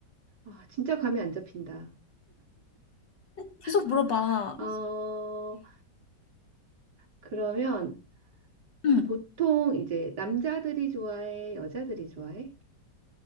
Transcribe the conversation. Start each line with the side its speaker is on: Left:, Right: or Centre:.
Right: 아, 진짜 감이 안 잡힌다.
Left: 계속
Right: <laughs>
Left: 물어봐.
Right: 아, 어, 그러면
Left: 응.
Right: 보통 이제 남자들이 좋아해, 여자들이 좋아해?